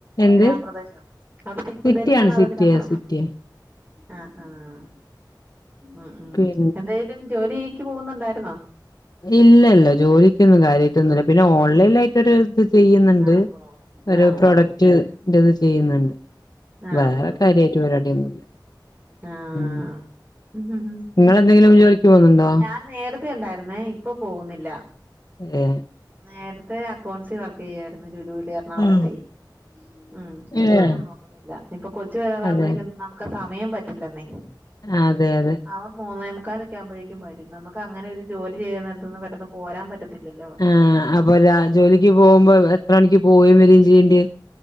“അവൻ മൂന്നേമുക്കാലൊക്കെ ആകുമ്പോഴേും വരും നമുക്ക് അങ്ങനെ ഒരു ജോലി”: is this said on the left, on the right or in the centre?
Right